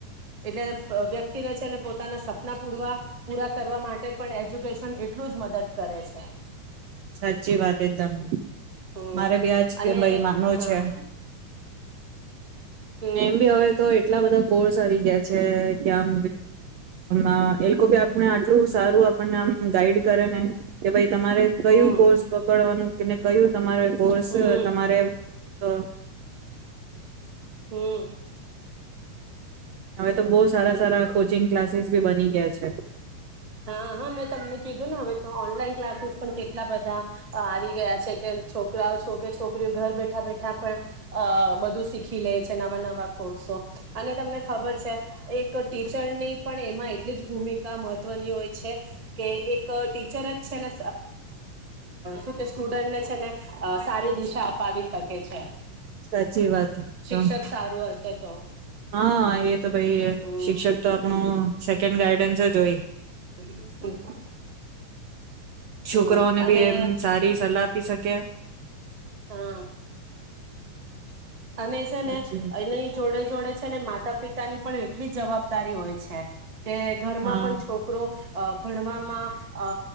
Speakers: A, on the right (about 40°); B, on the right (about 75°).
A: એટલે વ્યક્તિનેજ છે ને પોતાના સપના પૂરવા પૂરા કરવા માટે પણ એજ્યુકેશન એટલું જ મદદ કરે છે.
B: સાચી વાત એકદમ
A: હમ
B: મારે બી આજ
A: અને
B: કે ભાઈ માનો
A: હા
B: છે.
A: હમ
B: એમ બી હવે તો એટલા બધા કોર્સ આવી ગયા છે કે આમ આમ એ લોકો ભી આપને આટલું સારું મ ગાઈડ કરેને કે ભાઈ તમારે કયું
A: હમ
B: કોર્સ પકડવાનું. તને કયુ તમારે કોર્સ
A: હમ
B: તમારે તો
A: હમ્મ.
B: હવે તો બહુ સારા સારા કોચિંગ. ક્લાસીસ બી બની ગયા છે.
A: હા હા મેં તમને કીધું ને હવે તો ઓનલાઈન ક્લાસીસ પણ કેટલા બધા આવી ગયા છે કે છોકરાઓ છો કે છોકરીઓ ઘર બેઠા બેઠા પણ અ બધું શીખી લે છે નવા નવા કોર્સો. અને તમને ખબર છે? એક ટીચરની પણ એમાં એટલી જ ભૂમિકા મત મહવની હોય છે કે એક ટીચર જ છે ને શું કે સ્ટુડન્ટને છે ને સારી દિશા અપાવી શકે છે.
B: સાચી વાત તો
A: શિક્ષક સારું હશે તો
B: હા એ તો ભાઈ
A: હમ
B: શિક્ષક તો આપણું ગાઈડન્સ હોય.
A: <inaudible>
B: છોકરાઓને
A: હમ અને
B: બી એમ સારી સલાહ આપી શકે.
A: હા અને છે
B: સાચી
A: ને
B: વાત
A: એને જોડે જોડે અને માતા પિતા ની પણ એટલી જવાબદારી હોય છે. કે ઘરમાં
B: હા
A: પણ છોકરો અ ભણવામાં અ